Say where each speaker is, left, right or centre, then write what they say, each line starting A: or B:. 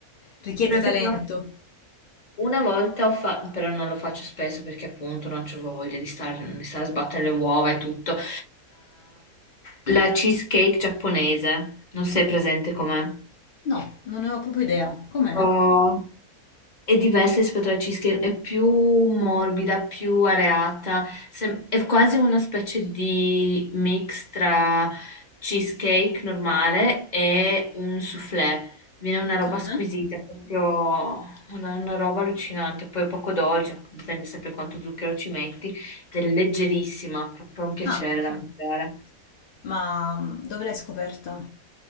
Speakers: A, on the left; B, on the left.
A: richiede
B: Perfetto.
A: talento.
B: Una volta ho fatto, però non lo faccio spesso perché appunto non c'ho voglia di stare, di stare a sbattere le uova e tutto. Eh, la cheesecake giapponese, non sei presente com'è?
A: No, non ne ho proprio idea. Com'è?
B: No. È diversa rispetto alla cheesecake, è più morbida, più areata, sem- è quasi una specie di mix tra cheesecake normale e un soufflé. Viene una roba
A: Mhm.
B: squisita, proprio una, una roba allucinante, poi poco dolce, dipende sempre quanto zucchero ci metti, ed è leggerissima, proprio un piacere
A: Ah,
B: da
A: ah.
B: mangiare.
A: Ma mm, dove l'hai scoperta?